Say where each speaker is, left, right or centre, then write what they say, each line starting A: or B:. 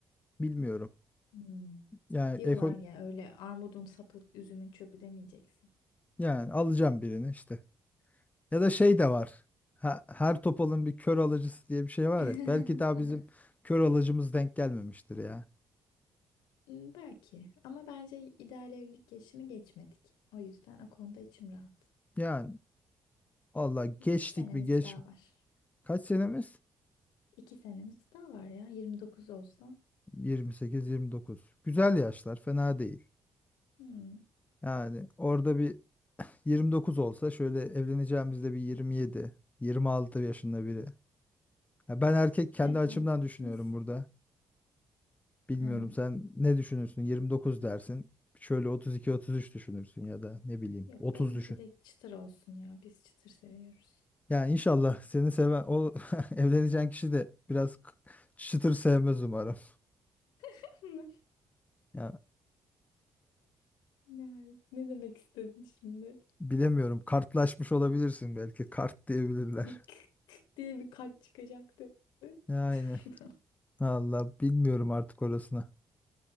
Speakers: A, on the left; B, on the left.
A: bilmiyorum.
B: Hmm.
A: Yani
B: Diyorlar
A: ekon
B: ya öyle armudun sapı üzümün çöpü demeyeceksin.
A: yani alacağım birini işte. Ya da şey de var. Ha- her topalın bir kör alıcısı diye bir şey var
B: <laughs>
A: ya. Belki daha bizim kör alıcımız denk gelmemiştir ya.
B: Hmm, Belki ama bence ideal evlilik yaşını geçmedik. O yüzden o konuda içim rahat.
A: Yani valla geçtik
B: İki senemiz
A: mi geç.
B: daha var.
A: Kaç senemiz?
B: İki senemiz daha var ya. 29 olsa.
A: Yirmi sekiz yirmi dokuz. Güzel yaşlar, fena değil.
B: Hmm,
A: Yani orada bir 29 olsa şöyle evleneceğimizde bir 27, 26 yaşında biri. Ya ben erkek kendi
B: aynen.
A: açımdan düşünüyorum
B: Mis.
A: burada. Bilmiyorum
B: Ha,
A: sen ne düşünürsün? 29 dersin. Şöyle 32-33 düşünürsün ya da ne bileyim
B: Yok
A: 30
B: benimki
A: düşün.
B: de çıtır olsun ya. Biz çıtır seviyoruz.
A: Yani inşallah seni seven o <laughs> evleneceğin kişi de biraz k- çıtır sevmez umarım.
B: <laughs>
A: Ya
B: Ne, ne demek istedin şimdi?
A: bilemiyorum kartlaşmış olabilirsin belki kart diyebilirler.
B: Bir kık kık diye bir kalp çıkacaktı.
A: Yani
B: <laughs>
A: valla bilmiyorum artık orasını.